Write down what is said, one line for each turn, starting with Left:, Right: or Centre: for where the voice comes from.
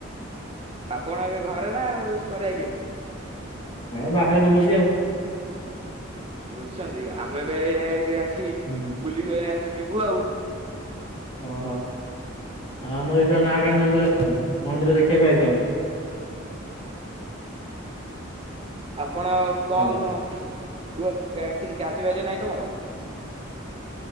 Right: ଆପଣ ଏବେ ଘରେ ନା କୁଆଡେ ଯାଇଛନ୍ତି?
Left: ଆଁ ବାହାରେ ବୁଲୁଛି ଆଉ।
Right: ବୁଲଛନ୍ତି ଆମେ ବି ଏ ଆସି
Left: ହୁଁ
Right: ବୁଲିକି ଯିବୁ ଆଉ।
Left: ଓହୋ ଆଉ ଆମର ଏଇଟା ନକଣୀ ମନ୍ଦିର ଅଛି ମନ୍ଦିର ଦେଖିବାକୁ ଆଇଛୁ ଆମେ।
Right: ଆପଣ କଣ
Left: ହ୍ୟାଲୋ
Right: କୁ କିଛି କାଜି ବାଜି ନାହିଁ ତମର?